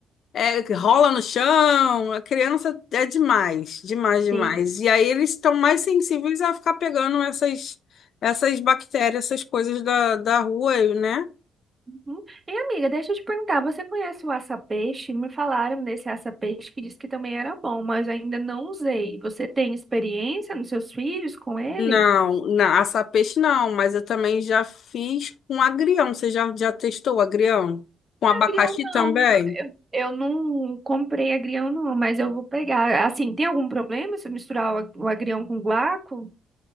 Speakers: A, on the left (about 65°); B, on the right (about 25°).
A: é, que rola no chão, a criança é demais, demais, demais.
B: sim.
A: E aí eles estão mais sensíveis a ficar pegando essas essas bactérias, essas coisas da, da rua, né?
B: Uhum. E amiga, deixa eu te perguntar, você conhece o aça-peixe? Me falaram desse aça-peixe que disse que também era bom, mas eu ainda não usei. Você tem experiência nos seus filhos com ele?
A: Não, na assar peixe não, mas eu também já fiz com agrião. Você já, já testou agrião? Com abacaxi
B: Agrião não,
A: também?
B: eu, eu não comprei agrião não, mas eu vou pegar. Assim, tem algum problema se eu misturar o, ag- o agrião com guaco?